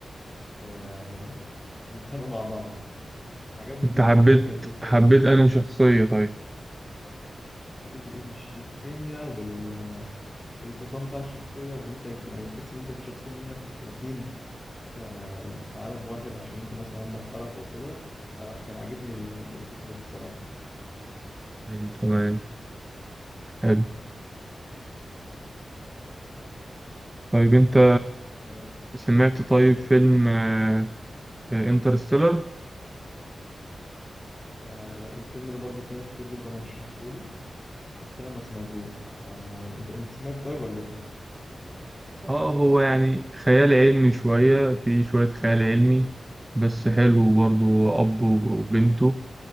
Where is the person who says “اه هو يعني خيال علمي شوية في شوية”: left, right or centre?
Right